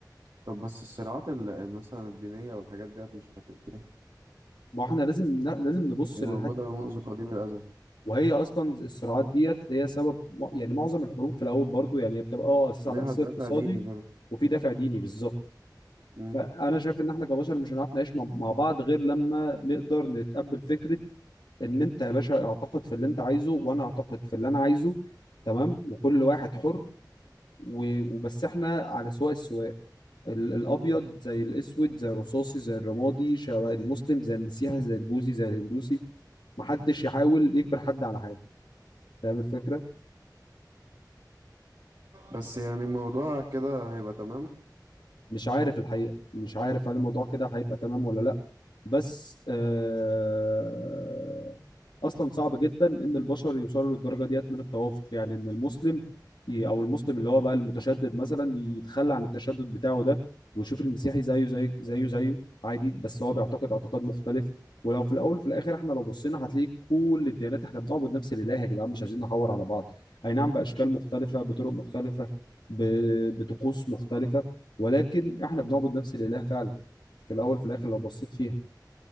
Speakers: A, on the right; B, on the left.
A: طب بس الصراعات ال- ال- مثلا الدينيه والحاجات ديت مش هتنتهي
B: ما احنا لازم لازم نبص
A: هي
B: للحد
A: موجوده منذ قديم الازل
B: وهي اصلا الصراعات ديت هي سبب يعني معظم الحروب في الاول برضو يعني هي بتبقى اه اساس
A: ليها
B: على اساس
A: دافع
B: اقتصادي
A: ديني برضه
B: وفي دافع ديني بالظبط
A: امم
B: فانا شايف ان احنا كبشر مش هنعرف نعيش مع مع بعض غير لما نقدر نتقبل فكره ان انت يا باشا اعتقد في اللي انت عايزه وانا اعتقد في اللي انا عايزه تمام وكل واحد حر و- وبس احنا على سواء السواء ال- الابيض
A: مم.
B: زي الاسود زي الرصاصي زي الرمادي شبه المسلم زي المسيحي زي البوذي زي الهندوسي محدش يحاول يجبر حد على حاجه فاهم الفكره
A: بس يعني الموضوع كده هيبقى تمام
B: مش عارف الحقيقة مش عارف هل الموضوع كده هيبقى تمام ولا لا بس آه أصلا صعب جدا إن البشر يوصلوا للدرجة ديت من التوافق يعني إن المسلم ي- أو المسلم اللي هو بقى المتشدد مثلا يتخلى عن التشدد بتاعه ده ويشوف المسيحي زيه زي زيه زيه عادي بس هو بيعتقد اعتقاد مختلف ولو في الأول وفي الآخر إحنا لو بصينا هتلاقي كل الديانات إحنا بنعبد نفس الإله يا جدعان مش عايزين نحور على بعض أي نعم بأشكال مختلفة بطرق مختلفة ب- بطقوس مختلفة ولكن احنا بنعبد نفس الاله فعلا في الاول في الاخر لو بصيت فيها